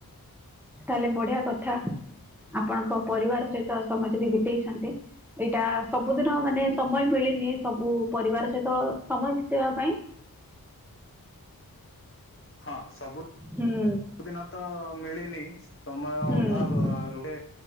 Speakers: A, in the centre; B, on the left.
A: ତାହେଲେ ବଢିଆ କଥା ଆପଣଙ୍କ ପରିବାର ସହିତ ସମୟ ବିତାଇଛନ୍ତି। ଏଇଟା ସବୁଦିନ
B: ହଁ
A: ମାନେ ସମୟ ମିଳିନି ସବୁ ପରିବାର ସହିତ ସମୟ ବିତେଇବା ପାଇଁ
B: ହଁ ସବୁ
A: ହୁଁ
B: ସବୁ ଦିନ ତ ମିଳେନି ସମୟ
A: ହୁଁ
B: ଅଭାବ ରୁହେ